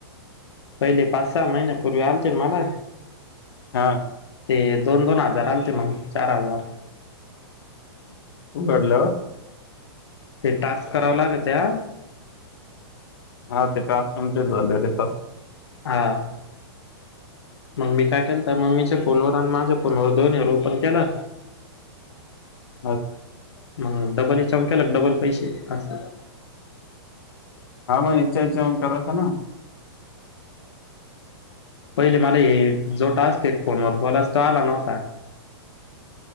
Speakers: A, on the left; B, on the left.
A: पहिले पाच सहा महिने पूर्वी आलतेन मला.
B: हा.
A: ते दोन दोन हजार आलते, मग चार हजार.
B: उघडल्यावर,
A: ते टास्क करावं लागते आ.
B: हा ते टास्क कमप्लीट झालेवर येत. <unintelligible>
A: हा मग मी काय केलं तर मम्मीच्या फोनवर आणि माझं फोनवर दोनीवर ओपन केला.
B: अच,
A: म.. डबल याच्यावर केलं की डबल पैसे अस.
B: हा मग हिच्या हेच्यावरून करायचं ना?
A: पहिले मला हे जो टास्क हे फोनवर बोला तो आला नव्हता.